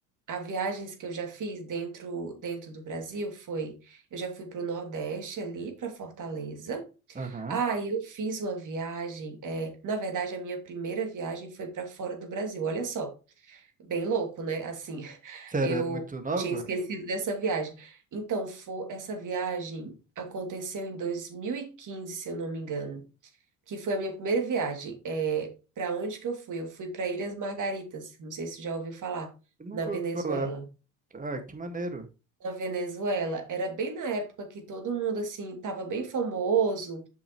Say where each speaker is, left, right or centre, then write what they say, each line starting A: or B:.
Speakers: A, on the right; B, on the right.
A: as viagens que eu já fiz dentro, dentro do Brasil foi, eu já fui para o Nordeste ali, para Fortaleza.
B: Aham.
A: Ah, eu fiz uma viagem. é, na verdade, a minha primeira viagem foi para fora do Brasil. Olha só, bem louco, né? Assim, <laughs>
B: Você era
A: eu
B: muito nova?
A: tinha esquecido dessa viagem. Então, foi, essa viagem aconteceu em 2015, se eu não me engano, que foi a minha primeira viagem. É, para onde que eu fui? Eu fui para Ilhas Margaritas. Não sei se você já ouviu falar.
B: Eu nunca
A: Na Venezuela.
B: ouvi falar. Ah, que maneiro.
A: Na Venezuela, era bem na época que todo mundo assim estava bem famoso